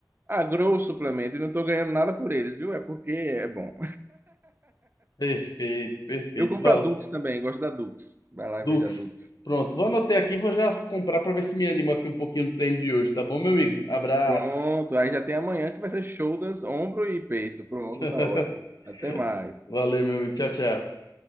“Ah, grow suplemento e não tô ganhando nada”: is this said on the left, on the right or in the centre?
Right